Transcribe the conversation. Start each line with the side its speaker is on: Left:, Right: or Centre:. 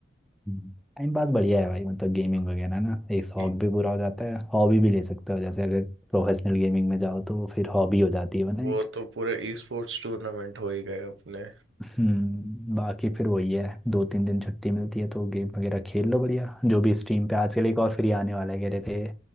Centre: टाइम पास बढ़िया है भाई मतलब गेमिंग वगैरह ना एक शौक
Right: जी।
Centre: भी पूरा हो जाता है हॉबी भी ले सकते हो जैसे अगर प्रोफेशनल गेमिंग में जाओ तो फिर हॉबी हो जाती है वो ना
Right: वो
Centre: एक
Right: तो पूरे ई स्पोर्ट्स टूर्नामेंट हो ही गए अपने
Centre: हम्म बाकी फिर वही है दो तीन दिन छुट्टी मिलती है तो गेम वगैरह खेल लो बढ़िया जो भी स्ट्रीम पे आजकल एक और फ्री आने वाला है कह रहे थे